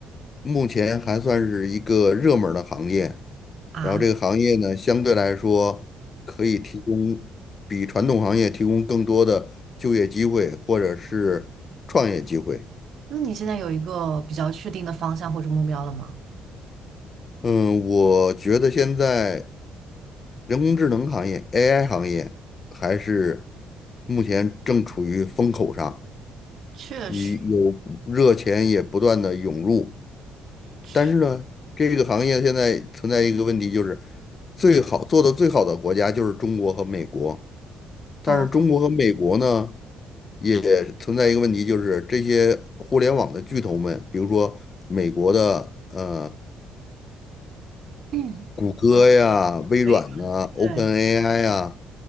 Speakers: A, on the left (about 40°); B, on the right (about 65°).
A: 目前还算是一个热门儿的行业，
B: 啊？
A: 然后这个行业呢，相对来说可以提供比传统行业提供更多的就业机会或者是创业机会。
B: 那你现在有一个比较确定的方向或者目标了吗？
A: 嗯，我觉得现在人工智能行业 AI 行业还是目前正处于风口上。
B: 确实，
A: 以有热钱也不断的涌入，
B: 确，
A: 但是呢，这个行业现在存在一个问题，就是最好做的最好的国家就是中国和美国，但是中国和美国呢，
B: 嗯，
A: 也存在一个问题，就是这些互联网的巨头们，比如说美国的呃
B: 嗯，
A: 谷歌呀、
B: 我懂
A: 微软呐、
B: 微软，
A: OpenAI
B: 对，
A: 呀，